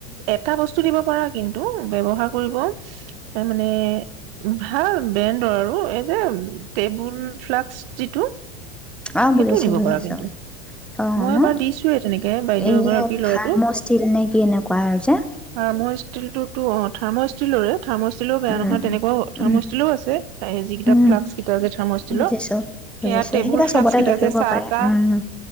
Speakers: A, on the right (about 60°); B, in the centre.
A: এটা বস্তু দিব পাৰা কিন্তু ব্যৱহাৰ কৰিব, তাৰমানে ভাল ব্ৰেণ্ডৰ আৰু। এই <unintelligible> টেবুল ফ্লাস্ক, যিটো।
B: অঁ বুজিছোঁ
A: সেইটোও দিব
B: বুজিছোঁ
A: পাৰা কিন্তু।
B: অঁ
A: মই
B: ন
A: এবাৰ দিছোঁয়েই তেনেকে বাইদেউ
B: এই
A: এগৰাকীৰ
B: যে
A: ল'ৰাটো।
B: থাৰ্মষ্টিল নে কি এনেকুৱা আৰু যে
A: থাৰ্মোষ্টীলটোতো অ', থাৰ্মষ্টিলৰে থাৰ্মোষ্টীলৰ বেয়া
B: উম,
A: নহয়। তেনেকুৱাও থাৰ্মোষ্টীলৰো
B: উম,
A: আছে। তাৰে যিকিতা,
B: উম।
A: ফ্লাস্ক কিতা যে থাৰ্মোষ্টীলৰ,
B: বুজিছো বুজিছো
A: সেয়া টেবুল
B: সেইকেইটা
A: ফ্লাস্ক
B: চবতে লৈ ফুৰিব
A: <unintelligible> চাহ-তাহ
B: পাৰে উম